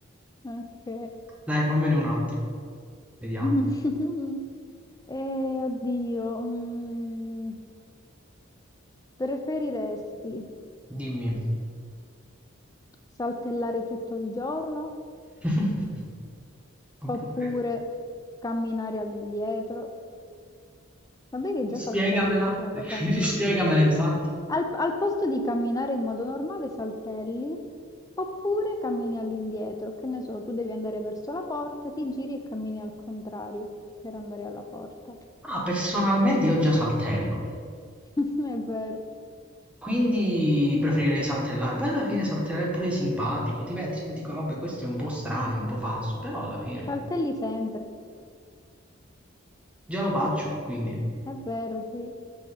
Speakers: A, on the left; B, in the centre.
A: Ok.
B: Dai, fammene un'altra. Vediamo.
A: <laughs> Eh, oddio. mm. Preferiresti
B: Dimmi.
A: saltellare tutto il giorno
B: <laughs> Oppure...
A: oppure camminare all'indietro? Vabbè che già
B: Spiegamela.
A: saltelli tu quando
B: <laughs>
A: cammini.
B: Rispiegamela, infatti.
A: Al, al posto di camminare in modo normale, saltelli oppure cammini all'indietro. Che ne so, tu devi andare verso la porta, ti giri e cammini al contrario per andare alla porta.
B: Ah, personalmente io già saltello.
A: <laughs> È vero.
B: Quindi preferirei saltellare. Poi alla fine saltellare è pure simpatico. Ti pensi, ti dicono, vabbè, questo è un po' strano, un po' pazzo, però alla fine
A: Saltelli sempre.
B: già lo faccio, quindi...
A: È vero, sì.